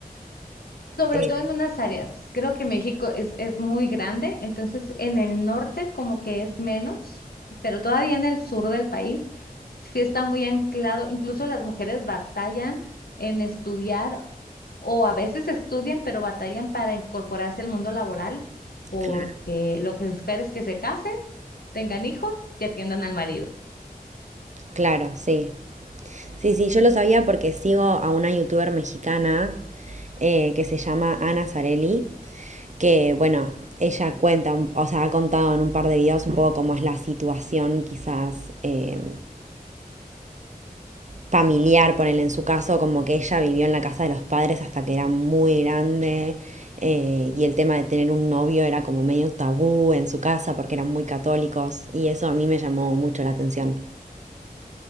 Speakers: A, on the left; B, on the right.
A: Sobre
B: Eh,
A: todo en unas áreas. Creo que México es, es muy grande, entonces en el norte como que es menos, pero todavía en el sur del país sí está muy anclado. Incluso las mujeres batallan en estudiar O a veces estudian, pero batallan para incorporarse al mundo laboral porque
B: claro.
A: lo que se espera es que se casen, tengan hijos y atiendan al marido.
B: Claro, sí. Sí, sí, yo lo sabía porque sigo a una youtuber mexicana eh, que se llama Ana Zarelli, que, bueno, ella cuenta, un- o sea, ha contado en un par de videos un poco cómo es la situación quizás. em, familiar, ponele en su caso, como que ella vivió en la casa de los padres hasta que era muy grande eh, y el tema de tener un novio era como medio tabú en su casa porque eran muy católicos y eso a mí me llamó mucho la atención.